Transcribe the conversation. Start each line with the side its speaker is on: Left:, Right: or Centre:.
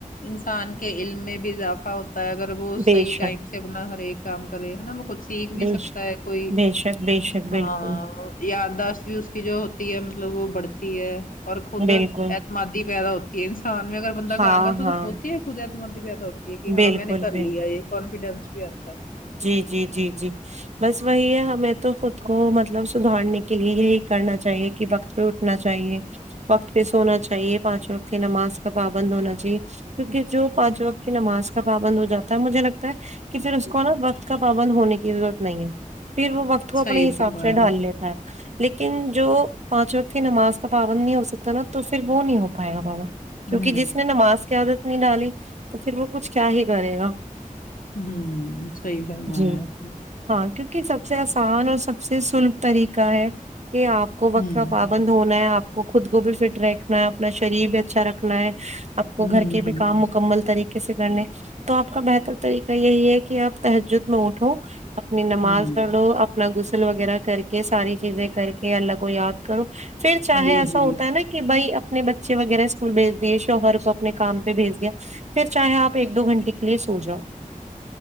Left: انسان کے علم میں بھی اضافہ ہو ہو تا ہے اگر وہ
Right: بے
Left: صحیح
Right: شک
Left: ٹائم سے اپنا ہر ایک کام کرے ہے نا وہ کچھ سیکھ
Right: بے
Left: بھی سکتا
Right: شک
Left: ہے کوئی
Right: بے شک بے شک
Left: ہا
Right: بالکل
Left: ہا یادداش بھی اس کی جو ہوتی ہے مطلب وہ بڑھتی ہے اور خود
Right: بالکل
Left: اعتمادی پیدا ہوتی ہے انسان میں اگر بندہ
Right: ہاں
Left: کام کرتا
Right: ہاں
Left: تو ہوتی ہے خود اعتمادی پیدا ہوتی کہ ہاں
Right: بالکل
Left: میں نے کر
Right: بالکل بالکل
Left: لیا یہ کانفیڈینس بھی اتا ہے
Right: جی، جی، جی، جی۔ بس وہی ہے ہمیں تو خود کو مطلب سدھارنے کے لیے یہی کرنا چاہیے کہ وقت پہ اٹھنا چاہیے وقت پہ سونا چاہیے پانچ وقت نماز کا پابند ہونا چاہیے کیونکہ جو پانچ وقت کی نماز کا پابند ہوجاتا ہے مجھے لگتا ہے کہ پھر اس کو نا وقت کا پابند ہونے کی ضرورت نہیں ہے پھر وہ وقت کو اپنے
Left: صحیح
Right: حساب
Left: فرمایا
Right: سے ڈھال
Left: آپ
Right: لیتا ہے لیکن جو پانچ وقت کی نماز کا پابند نہیں ہو سکتا نا تو پھر وہ نہیں ہوپائے گا پابند کیونکہ
Left: ہمم
Right: جس نے نماز کی عادت نہیں ڈالی تو پھر وہ کچھ کیا ہی کرے گا
Left: ہاں صحیح فرمایا
Right: جی۔
Left: ہے آپ نے
Right: ہاں کیونکہ سب سے آسان اور سب سے سلب طریقہ ہے کہ آپ کو وقت
Left: ہمم
Right: کہ پابند بند ہونا ہے آپ کو خود کو بھی فٹ رکھنا ہے اپنا شریر بھی اچھا رکھنا ہے آپ کو
Left: ہمم
Right: گھر کے
Left: ہمم
Right: بھی کام مکمل کسے کرنے تو آپ کا بہتر طریقہ یہی ہے کہ آپ تہجد میں اٹھو اپنی نماز
Left: ہمم
Right: پڑھ لو اپ اپنا غسل وغیرہ کر کے ساری چیزیں کر کے اللہ کو یاد کرو پھر چاہے
Left: جی
Right: ایسا
Left: جی
Right: ہوتا ہے نا کہ بھائی اپنے بچے وغیرہ اسکول بھیج دیے شوہر کو اپنے کام پہ بھیج دیا پھر چاہے آپ ایک دو گھنٹے کے لیے سو جاؤ